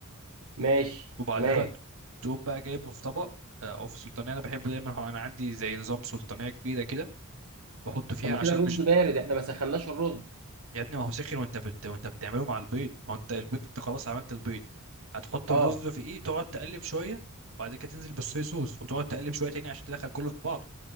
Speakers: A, on the right; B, on the right.
A: ماشي
B: وبعدها
A: تمام
B: بقى تقوم بقى جايبه في طبق آه، او في سلطانيه انا بحبه دايما هو انا عندي زي نظام سلطانيه كبيره كده بحط فيها
A: طب ما
B: عشان
A: كده الرز
B: مش
A: بارد احنا ما سخناش الرز
B: يا ابني ما هو سخن وانت بت... وانت بتعمله مع البيض ما هو انت البيض انت خلاص عملت البيض هتحط
A: اه
B: الرز في ايه تقعد تقلب شويه وبعد كده تنزل بالصويا صوص وتقعد تقلب شويه تاني عشان تدخل كله في بعضه